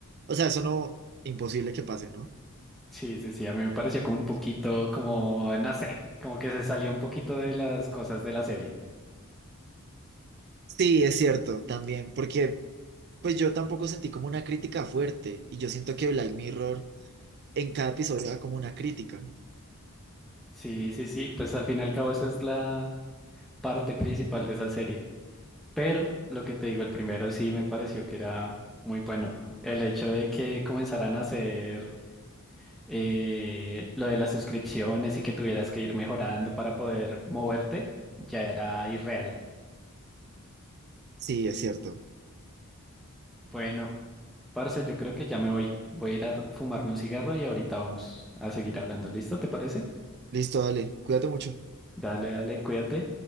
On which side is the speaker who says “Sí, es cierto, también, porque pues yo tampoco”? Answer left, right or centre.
Right